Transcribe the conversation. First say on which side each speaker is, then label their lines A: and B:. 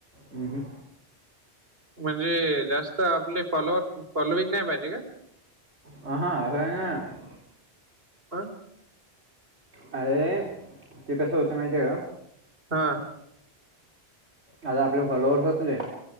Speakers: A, on the right; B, on the right.
A: ह्, हं.
B: म्हणजे जास्त आपले फॉलोवर्स फॉलोईंग नाही पाहिजे का?
A: ह हा अ <unintelligible>
B: हं <unintelligible>
A: अरे ते कसं होते माहिती का?
B: हा.
A: आता आपले फॉलोअर्स असले